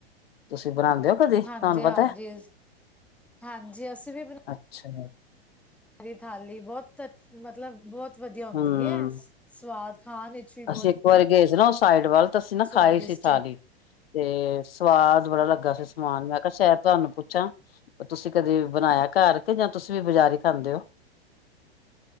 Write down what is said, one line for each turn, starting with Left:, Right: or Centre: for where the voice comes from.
Left: ਤੁਸੀਂ ਬਣਾਦੇ ਹੋ? ਕਦੇ
Centre: ਹਾਂਜੀ
Left: ਤੁਹਾਨੂੰ ਪਤਾ
Centre: -ਹਾਂਜੀ, ਹਾਂਜੀ ਅਸੀਂ ਵੀ ਬਣਾ
Left: ਅੱਛਾ।
Centre: ਕਸ਼ਮੀਰੀ ਥਾਲੀ ਬੋਤ ਅਛ ਮਤਲਬ ਬੋਤ ਵੱਧੀਆ ਹੁੰਦੀ
Left: ਹਮ
Centre: ਏ, ਸਵਾਦ ਖਾਣ ਵਿੱਚ। ਵੀ
Left: ਅਸੀਂ
Centre: ਬਹੁਤ
Left: ਇੱਕ ਵਾਰੀ ਗਏ ਸੀ ਨਾ ਉਹ ਸਾਈਡ ਵੱਲ, ਤਾਂ ਅਸੀਂ ਨਾ
Centre: ਸਵਾਦਿਸ਼ਟ
Left: ਖਾਈ ਸੀ ਥਾਲੀ
Centre: ਏ।
Left: ਤੇ ਸਵਾਦ ਬੜਾ ਲੱਗਾ ਸੀ ਸਮਾਨ, ਮੈਂ ਕਿਹਾ ਸ਼ਾਇਦ ਤੁਹਾਨੂੰ ਪੁੱਛ ਛਾ, ਤੁਸੀ ਕਦੇ ਬਣਾਇਆ ਘਰ ਕੇ ਜਾਂ ਤੁਸੀ ਵੀ ਬਜ਼ਾਰ ਈ ਖਾਂਦੇ ਹੋ?